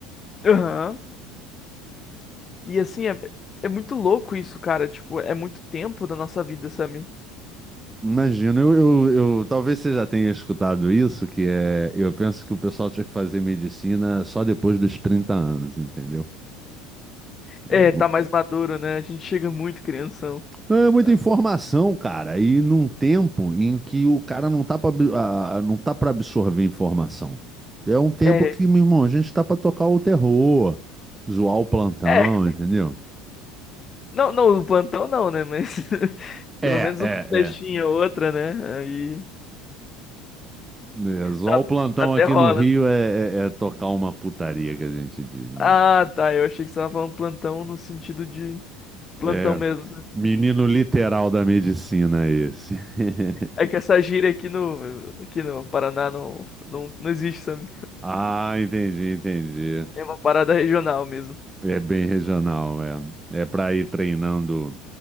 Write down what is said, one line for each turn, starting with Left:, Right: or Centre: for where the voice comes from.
Left: Aham. E assim, é, é muito louco isso, cara. Tipo, é muito tempo da nossa vida, sabe?
Right: Imagino, eu, eu, eu- talvez você já tenha escutado isso, que é, eu penso que o pessoal tinha que fazer medicina só depois dos 30 anos, entendeu?
Left: É,
Right: É,
Left: tá mais maduro, né? A gente chega muito crianção.
Right: É muita
Left: né?
Right: informação, cara, e num tempo em que o cara não tá pra, ab- a- a- não tá para absorver informação. É um tempo
Left: É,
Right: que, meu irmão, a gente tá pra tocar o terror, zoar o plantão,
Left: é.
Right: entendeu?
Left: Não, não, o plantão não, né? Mas <laughs>
Right: É,
Left: pelo menos
Right: é,
Left: uma festinha
Right: é.
Left: ou outra, né? Aí.
Right: É, zoar
Left: Dá-
Right: o plantão
Left: Até
Right: aqui
Left: rola.
Right: no Rio é, é- é tocar uma putaria que a gente diz, né?
Left: Ah, tá. Eu achei que você tava falando plantão no sentido de plantão
Right: É,
Left: mesmo. sabe?
Right: menino literal da medicina esse. <laughs>
Left: É que essa gíria aqui no, aqui no Paraná não, não, não existe, sabe?
Right: Ah, entendi, entendi.
Left: É uma parada regional mesmo.
Right: É bem regional, é. É para ir treinando